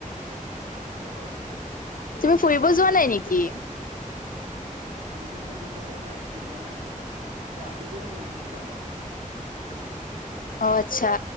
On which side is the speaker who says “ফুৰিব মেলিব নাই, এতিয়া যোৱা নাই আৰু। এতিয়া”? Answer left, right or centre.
Right